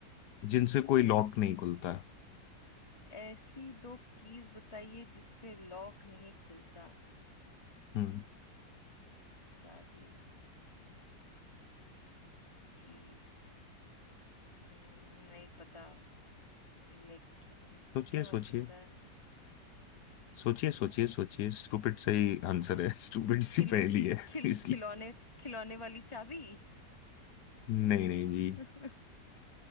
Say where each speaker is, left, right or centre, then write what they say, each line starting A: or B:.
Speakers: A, on the left; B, on the left.
A: जिनसे कोई लॉक नहीं खुलता
B: ऐसी दो कीज बताइए जिससे लॉक नहीं खुलता
A: हम्म
B: चाबी कीज हम्म नहीं पता नहीं कीज
A: सोचिए
B: क्या हो
A: सोचिए
B: सकता है
A: सोचिए सोचिए सोचिए स्टूपिड सही आंसर है <laughs> स्टूपिड
B: खिल
A: सी पहेली है
B: खिल
A: <laughs> इसलिए
B: खिलौने खिलौने वाली चाबी
A: नहीं नहीं जी
B: <laughs> हम्म।